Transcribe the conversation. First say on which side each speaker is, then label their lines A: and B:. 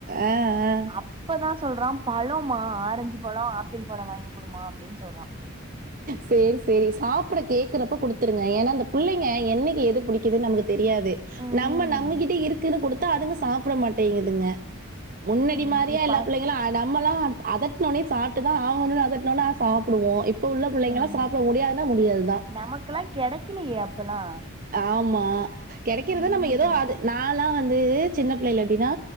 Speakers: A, on the right; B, on the right.
A: ஆ, ஆ.
B: அப் இப்பதா சொல்றா பழமா ஆரஞ்சு பழோ ஆப்பிள் பழோ வாங்கி குடுமா அப்டின்னு சொல்றா
A: சேரி சேரி சாப்ட கேக்குறப்ப குடுத்துருங்க ஏன்னா அந்த புள்ளைங்க என்னைக்கு எது புடி குது நமக்கு தெரியாது
B: ம்
A: நம்ம நம்ம கிட்ட இருக்குதுன்னு குடுத்தா அதுங்க சாப்ட மாட்டேங்குதுங்க முன்னாடி
B: ஆமா
A: மாரியா
B: அந்த
A: எல்லா
B: ப
A: பிள்ளைங்களு நம்மெல்லா அதட்ன ஒன்னே சாப்ட்டுதா ஆகணு அதட் இன்னொன்னா சாப்டுவோ இப் இப்ப உள்ள பிள்ளைங்களா
B: ஆமா
A: சாப்ட முடியாதுன்னா முடியாதுதா
B: நமக்கெல்லா கெடைக்கலையே அப்பல்லா
A: ஆமா கெடைக்கிறத
B: ம்
A: நம்ம ஏதோ அது நாலா வந்து சின்ன பிள்ளையில எப்டின்னா